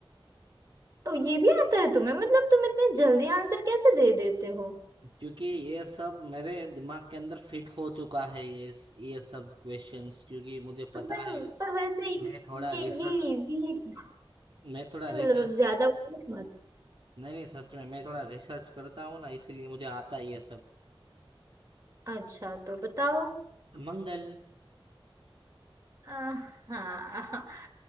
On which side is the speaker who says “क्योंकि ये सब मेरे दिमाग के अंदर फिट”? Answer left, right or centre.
Right